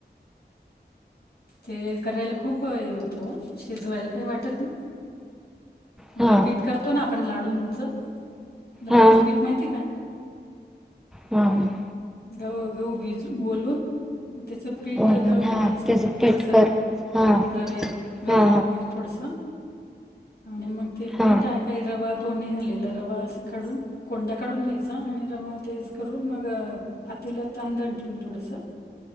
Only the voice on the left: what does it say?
ते करायला खूप हे होतं हो, शिजवायला काही वाटत नाही. आपलं
पीठ करतो ना आपण लाडूंचं-लाडूंचं
पीठ माहिती का?
गव्ह गहु भीजुन ओलून त्याचं पीठ
दळून
आणायचं
थोडंसं
रवे रवा
वगैरे थोडासं. आणि मग ते पीठ
आहे काही रवात तो न्ही झालेला रवा असं काढून कोंडा काढून घ्यायचा आणि रवा तेच करून मग अ पातेलात तांंदन ठेवून थोडासं